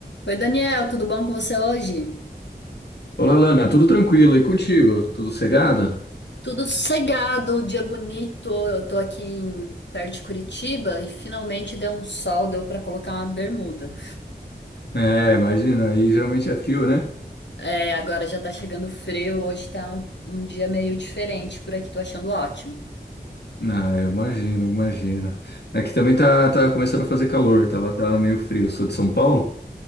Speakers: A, on the left; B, on the left.
A: Oi, Daniel, tudo bom com você hoje?
B: Olá, Lana, tudo tranquilo e contigo? Tudo cegado?
A: Tudo sossegado, dia bonito. Eu tô aqui em, perto de Curitiba e finalmente deu um sol, deu pra colocar uma bermuda.
B: É, imagina, aí geralmente é fio, né?
A: É, agora já tá chegando frio, hoje tá um, um dia meio diferente por aqui, tô achando ótimo.
B: Ah, eu imagino, imagino. Aqui também tá, tá começando a fazer calor, tava, tava meio frio. Sou de São Paulo,